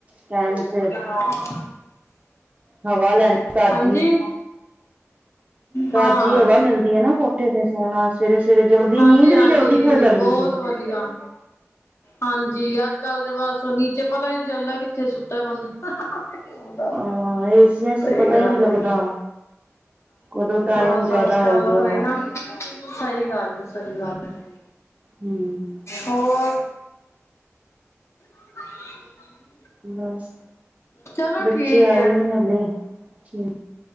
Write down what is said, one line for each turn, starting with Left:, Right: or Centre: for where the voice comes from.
Right: ਟਾਈਮ
Left: ਸੋ
Right: ਸਿਰ
Left: ਜਾਣਾ।
Right: ਹਵਾ ਲੈਣੀ ਤਾਜ਼ੀ
Left: ਹਾਂਜੀ।
Right: ਤਾਜ਼ੀ
Left: ਹਾਂ,
Right: ਹਵਾ ਮਿਲਦੀ ਹੈ ਨਾ ਕੋਠੇ ਤੇ ਸੋਣਾ ਸਵੇਰੇ ਸਵੇਰੇ ਜਲਦੀ
Left: ਹਾਂਜੀ-
Right: ਨੀਂਦ ਵੀ
Left: ਹਾਂਜੀ,
Right: ਜਲਦੀ ਖੁੱਲ ਜਾਂਦੀ
Left: ਬਹੁਤ
Right: ਸੀ
Left: ਵਧੀਆ। ਵਧੀਆ। ਹਾਂਜੀ, ਅੱਜ ਕੱਲ ਤੇ ਬਸ ਨੀਚੇ, ਪਤਾ ਨਹੀਂ ਚੱਲਦਾ ਕਿੱਥੇ ਸੁੱਤਾ ਬੰਦਾ। ਉਹ ਤਾਂ ਹੀ।
Right: ਹਾਂ ਏਸੀਆਂ ਚ
Left: ਸਹੀ
Right: ਤੇ ਪਤਾ
Left: ਗੱਲ
Right: ਹੀ ਨਹੀਂ ਲੱਗਦਾ
Left: ਏ।
Right: ਕਦੋਂ ਟਾਈਮ
Left: ਬਸ-
Right: ਜਿਆਦਾ
Left: ਬਸ, ਕਲ
Right: ਗਿਆ
Left: ਹੋ ਏ ਨਾ। ਸਹੀ ਗੱਲ ਹੈ, ਸਹੀ ਗੱਲ ਹੈ।
Right: ਹੂੰ
Left: ਹੋਰ? ਹ <unintelligible>
Right: ਬਸ
Left: ਚਲੋ
Right: ਬੱਚੇ
Left: ਠੀਕ
Right: ਆਏ
Left: ਹੈ।
Right: ਨੀ ਹਲੇ ਠੀਕ,